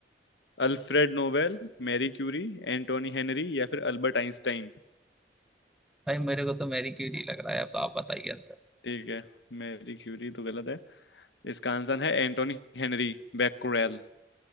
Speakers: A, on the left (about 75°); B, in the centre.
A: Alfred Nobel Marie Curie Antoine Henri या फिर अल्बर्ट आइंस्टाइन
B: भाई मेरे को तो मैरी क्यूरी लग रहा है अब आप बताइए आंसर
A: ठीक है मैरी क्यूरी तो गलत है इसका आंसर है एंटोनी हेनरी बैक्यूरेल